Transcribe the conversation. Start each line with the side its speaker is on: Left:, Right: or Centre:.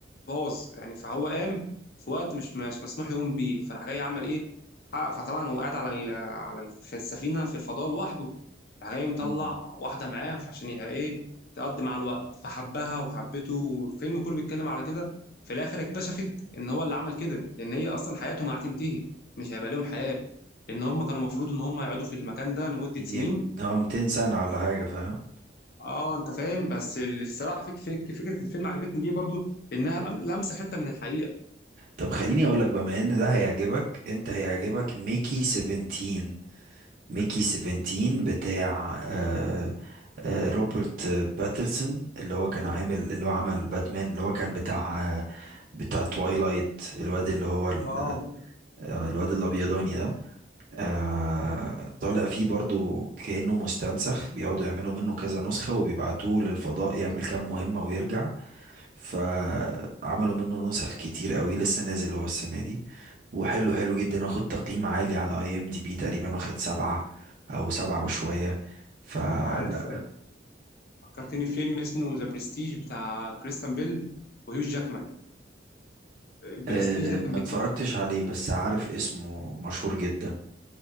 Left: باظ يعني فهو قام في وقت مش مش مسموح يقوم بيه فراح جاي عمل ايه حقق- فطبعا هو قاعد على ال- على ال- في السفينه في الفضاء لوحده راح جاي مطلع
Right: مم.
Left: واحده معاه عشان يبقى ايه تقضي مع الوقت فحبها وحبته والفيلم كله بيتكلم على كده في الاخر اكتشفت ان هو اللي عمل كده لان هي اصلا حياته ما هتنتهي مش هيبقى ليهم حياة لأن هم كانوا المفروض إن هم يقعدوا في المكان ده لمدة
Right: يجي
Left: سنين
Right: يم- اه 200 سنة ولا حاجة فاهم
Left: أه أنت فاهم بس اللي الصراحة فك فك فكرة الفيلم عجبتني ليه برضو إنها لم- لمسة حتة من الحقيقة
Right: طب خليني اقول لك بما ان ده هيعجبك انت هيعجبك ميكي 17 ميكي 17 بتاع آه آه روبرت باترسون اللي هو كان عامل اللي هو عمل باتمان اللي هو كان بتاع آه بتاع توايلايت الواد اللي هو ال-
Left: أه
Right: آه، الواد الابيضاني ده آه طالع فيه برضو كأنه مستنسخ بيقعدوا يعملوا منه كذا نسخة وبيبعتوه للفضاء يعمل كام مهمة ويرجع فعملوا منه نسخ كتير قوي لسه نازل هو السنة دي وحلو حلو جدا واخد تقييم عالي على اي ام دي بي تقريبا واخد سبعة او سبعة وشوية فلا
Left: عارف فكرتني في فيلم اسمه ذا برستيج بتاع كريستيان بيل وهيو جاكمان برستيج
Right: أه
Left: ده
Right: ما
Left: كان بيتكلم
Right: اتفرجتش عليه بس عارف اسمه مشهور جدا